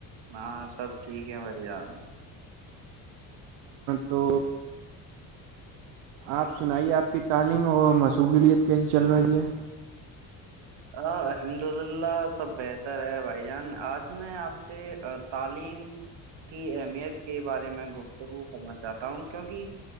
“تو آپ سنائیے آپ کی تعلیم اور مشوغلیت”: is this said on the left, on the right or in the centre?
Right